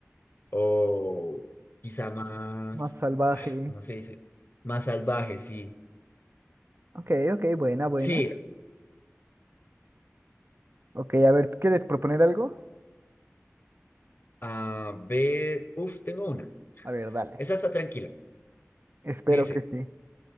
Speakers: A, on the left (about 45°); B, on the right (about 50°).
A: o quizá más,
B: Más salvaje.
A: ah, ¿cómo se dice? Más salvaje, sí.
B: Ok, ok, buena, buena.
A: Sí,
B: Ok, a ver, ¿quieres proponer algo?
A: a ver, uf, tengo una.
B: A ver, dale.
A: Esa está tranquila.
B: Espero
A: Dice,
B: que sí.